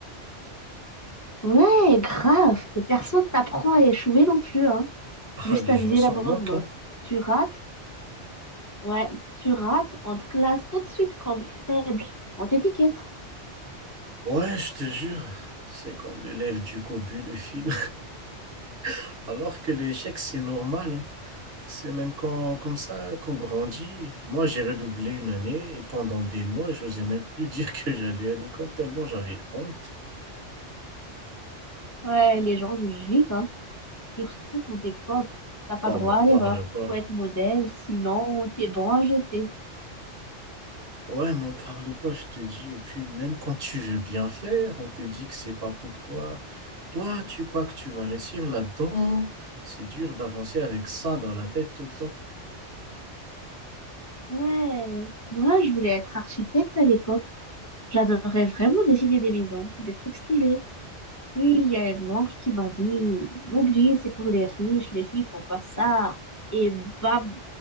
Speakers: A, on the left; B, on the right.
A: Ouais, grave. Et personne t'apprend à échouer non plus, hein.
B: Ah,
A: Juste
B: les
A: à
B: gens
A: viser
B: s'en
A: la bonne
B: moquent,
A: note.
B: hein.
A: Tu rates, ouais, tu rates, on te classe tout de suite comme faible. On t'étiquette.
B: Ouais, je te jure, c'est comme l'élève du cobu, le film. <laughs> Alors que l'échec, c'est normal, hein. C'est même quand, comme ça qu'on grandit. Moi, j'ai redoublé une année et pendant des mois, j'osais même plus <laughs> dire que j'allais à l'école tellement j'avais honte.
A: Ouais, les gens jugent vite, hein. Surtout quand t'es pauvre. T'as pas
B: Oh,
A: droit
B: m'en
A: à
B: parle
A: l'erreur.
B: pas.
A: Faut être modèle, sinon t'es bon à jeter.
B: Ouais, m'en parle pas, je te dis. Et puis, même quand tu veux bien faire, on te dit que c'est pas pour toi. Toi, tu crois que tu vas réussir là-dedans? C'est dur d'avancer avec ça dans la tête tout le temps.
A: Ouais. Moi, je voulais être architecte à l'époque. J'adorais vraiment dessiner des maisons, des trucs stylés. Puis, il y a une oncle qui m'a dit, oublie, c'est pour les riches, les filles font pas ça. Et bam,